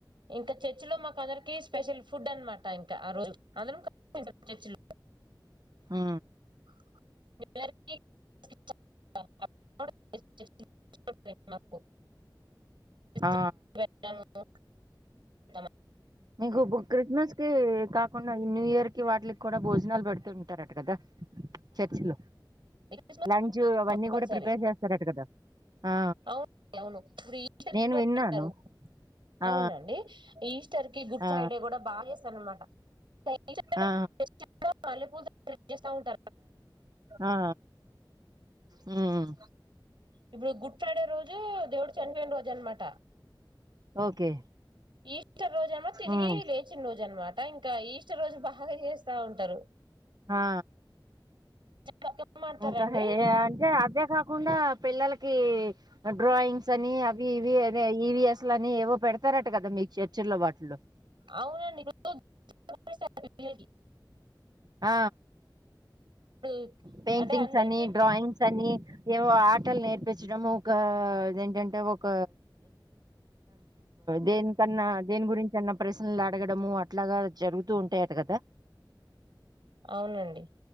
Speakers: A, on the right; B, on the right.
A: ఇంకా ర్చ్ లో మాకందర్ కి స్పెషల్ ఫుడ్ అనమాట ఇంకా ఆ రోజు అందరం కలిసి తింటాం చర్చ్ లో
B: ఆ
A: <inaudible> <unintelligible>
B: ఆ ఇంకొక క్రిస్మస్ కి కాకుండా ఈ న్యూ ఇయర్ కి వాటికి కూడా భోజనాలు పెడుతు, ఉంటారట కదా చర్చ్ లో
A: క్రిస్మస్
B: లంచ్ అవన్నీ
A: కంపల్సరీ
B: కూడా ప్రిపేర్ చేస్తారట, కదా ఆ
A: అవును అవును ఇప్పుడు ఈస్టర్
B: నేను
A: కూడా
B: విన్నాను,
A: పెట్టారు
B: ఆ
A: అవునండి ఈస్టర్ కి గుడ్
B: ఆ
A: ఫ్రైడే కూడా బా సనమాట <unintelligible>
B: ఆ
A: రి సౌండ్
B: ఆ హ్మ్
A: ఇప్పుడు గుడ్ గుడ్ ఫ్రైడే రోజు దేవుడు చనిపోయిన, రోజు అనమాట
B: ఓకే
A: ఈస్టర్ రోజు ఏమో, తిరిగి
B: ఉమ్
A: లేచిన రోజు అనమాట టా ఇన్ ఇంకా ఈస్టర్, రోజు బాగా చేస్తా ఉంటారు.
B: హా
A: బతుకమ్మ ఆడతారండి
B: ఇంక హై అంతే అదే కాకుండా పిల్లలకి డ్రాయింగ్స్ అని, అవి ఇవి ఈవిఎస్ అని ఏవో పెడతారట కదా మీకు చర్చల బట్లు
A: అవునండి <unintelligible>
B: ఆ
A: ఇప్పుడు
B: పేయింటింగ్స్
A: అంటే అందరికి
B: అని డ్రయింగ్స్ అని ఏవో ఆటలు నేర్పించడము ఒక దఏంటంటే ఒక దేనికన్నా దేని గురించి అన్న ప్రశ్నలు అడగడము, అట్లాగా జరుగుతూ ఉంటాయట కదా
A: అవునండి